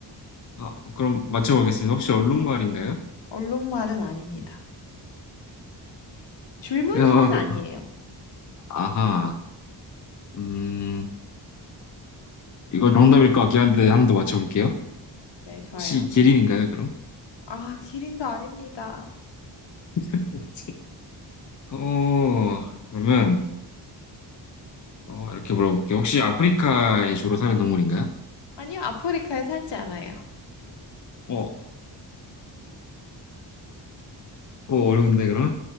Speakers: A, on the left; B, on the left.
A: 아, 그럼 맞춰보겠습니다. 혹시 얼룩말인가요?
B: 얼룩말은 아닙니다. 줄무늬는
A: 어, 그-
B: 아니에요.
A: 아하, 음, 이거 정답일 것 같긴 한데 한 번 더 맞춰볼게요.
B: 네, 좋아요.
A: 혹시 기린인가요, 그럼?
B: 아, 기린도 아닙니다.
A: <laughs> 뭐지? 어, 그러면 어, 이렇게 물어볼게요. 혹시 아프리카에 주로 사는 동물인가요?
B: 아니요, 아프리카에 살지 않아요.
A: 어, 어, 어려운데 그럼?